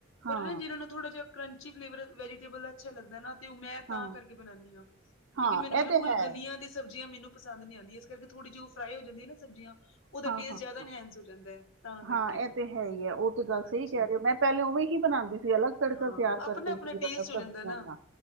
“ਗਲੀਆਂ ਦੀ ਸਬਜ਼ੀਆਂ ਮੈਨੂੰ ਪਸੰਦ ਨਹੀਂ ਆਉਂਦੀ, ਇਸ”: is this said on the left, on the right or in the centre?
Left